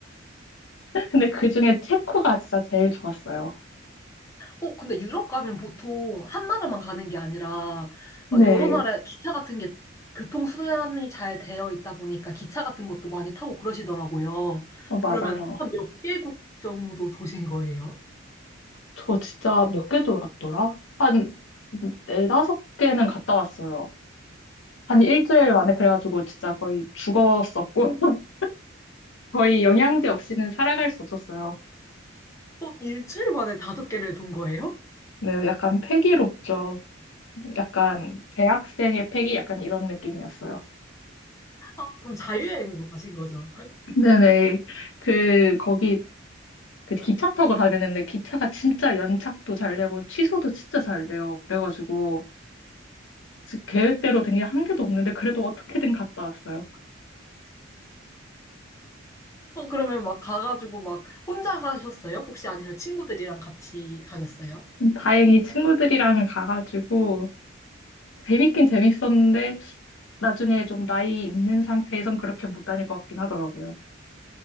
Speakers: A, on the left; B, on the left.
A: 근데 그중에 체코가 진짜 제일 좋았어요.
B: 어, 근데 유럽 가면 보통 한 나라만 가는 게 아니라
A: 네,
B: 막 여러 나라 기차 같은 게 교통수단이 잘 되어 있다 보니까 기차 같은 것도 많이 타고 그러시더라고요.
A: 어, 맞아요.
B: 그러면 한 몇 개국 정도 도신 거예요?
A: 저 진짜 몇 개 돌았더라? 한 네다섯 개는 갔다 왔어요. 한 일주일 만에 그래가지고 진짜 거의 죽었었고, <laughs> 거의 영양제 없이는 살아갈 수 없었어요.
B: 어, 일주일 만에 다섯 개를 돈 거예요?
A: 네, 약간 패기롭죠. 약간 대학생의 패기 약간 이런 느낌이었어요.
B: 아, 그럼 자유여행으로 가신 거죠?
A: 네네. 그, 거기, 그 기차 타고 다니는데 기차가 진짜 연착도 잘 되고 취소도 진짜 잘 돼요. 그래가지고 지- 계획대로 된 게 한 개도 없는데 그래도 어떻게든 갔다 왔어요.
B: 어, 그러면 막 가가지고 막 혼자 가셨어요? 혹시 아니면 친구들이랑 같이 가셨어요?
A: 다행히 친구들이랑 가가지고 재밌긴 재밌었는데 나중에 좀 나이 있는 상태에선 그렇게 못 다닐 것 같긴 하더라고요.